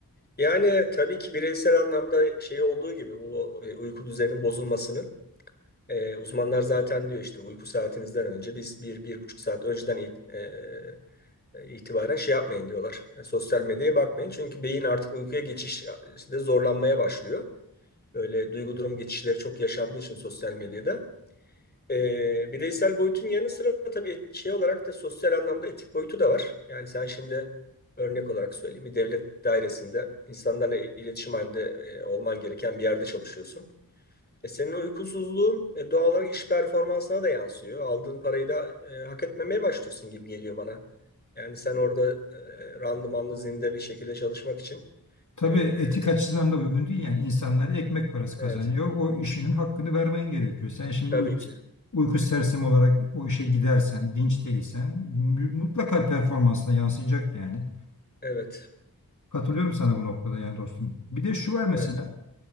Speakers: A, on the left; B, on the left.
A: Yani tabii ki bireysel anlamda şey olduğu gibi bu e, uyku düzeninin bozulmasının e, uzmanlar zaten diyor işte uyku saatinizden önce biz bir, bir buçuk saat önceden e, itibaren şey yapmayın diyorlar. E, sosyal medyaya bakmayın. Çünkü beyin artık uykuya geçişte zorlanmaya başlıyor. Böyle duygu durum geçişleri çok yaşandığı için sosyal medyada. E, bireysel boyutun yanı sıra tabii et- şey olarak da sosyal anlamda etik boyutu da var. Yani sen şimdi örnek olarak söyleyeyim. Bir devlet dairesinde insanlarla iletişim halinde e, olman gereken bir yerde çalışıyorsun. E senin uykusuzluğun e, doğal olarak iş performansına da yansıyor. Aldığın parayı da e, hak etmemeye başlıyorsun gibi geliyor bana. Yani sen orada e, randımanlı zinde bir şekilde çalışmak için.
B: Tabii
A: e,
B: etik açısından da uygun değil yani insanlar ekmek parası kazanıyor.
A: evet,
B: O işinin hakkını vermen gerekiyor. Sen şimdi
A: tabii
B: uyku,
A: ki.
B: uyku sersemi olarak o işe gidersen, dinç değilsen mü- mutlaka performansına yansıyacak yani.
A: Evet,
B: Katılıyorum sana bu noktada yani dostum. Bir de şu var mesela
A: evet,